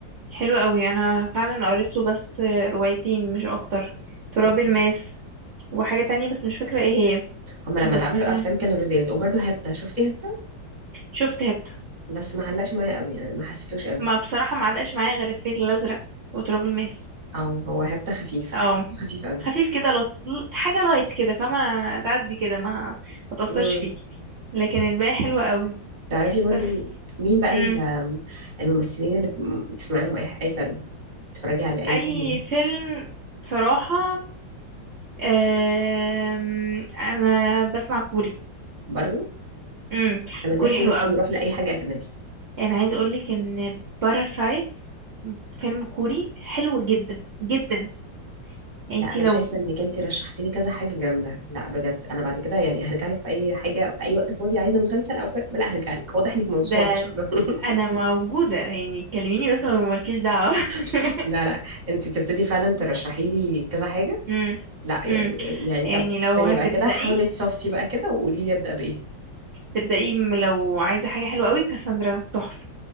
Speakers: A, on the right; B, on the right.
A: حلو قوي انا فعلا قريت له بس روايتين مش اكتر تراب
B: مم.
A: الماس وحاجة تانية بس مش فاكرة ايه هي
B: هما لما
A: بس
B: اتعملوا افلام كانوا لذاذ وبرضه هبتة شفتي هبتة
A: شفت هبت
B: بس ما علقش معايا قوي يعني ما حسيتوش قوي
A: ما بصراحة ما علقش معايا غير الفيل الازرق وتراب الماس
B: اه هو هبتة خفيف
A: اه
B: حسيته خفيف
A: خفيف كده لط... حاجة لايت كده فما تعدي كده ما ما تأثرش
B: قوي
A: فيكي لكن الباقي حلو قوي
B: تعرفي برضو
A: بس
B: مين بقى
A: مم.
B: ال- الممثلين اللي بتسمعي لهم اي اي فيلم بتتفرجي على اي
A: اي
B: فيلم منهم؟
A: فيلم بصراحة آم... انا بسمع كوري
B: برضو
A: امم
B: احنا
A: الكوري
B: بنلف
A: حلو
B: نلف
A: قوي
B: ونروح لاي حاجه اجنبي
A: يعني عايزة اقولك ان باراسايت فيلم كوري حلو جدا جدا يعني
B: لا
A: انتي
B: انا
A: لو
B: شايفه انك انت رشحتي لي كذا حاجه جامده لا بجد انا بعد كده يعني هرجع لك في اي حاجه في اي وقت فاضي عايزه مسلسل او فيلم لا هرجع لك واضح انك موسوعه
A: ده
B: ما شاء الله
A: انا موجودة يعني كلميني بس ما مالكيش دعوة <laughs>
B: <laughs> لا لا انت تبتدي فعلا ترشحي لي كذا حاجه
A: امم
B: لا يعني
A: امم
B: يعني طب
A: يعني لو
B: استني
A: هتبدأي
B: بقى كده حاولي تصفي بقى كده وقولي لي ابدا بايه
A: تبدأي م- لو عايزة حاجة حلوة قوي كاساندرا تحفة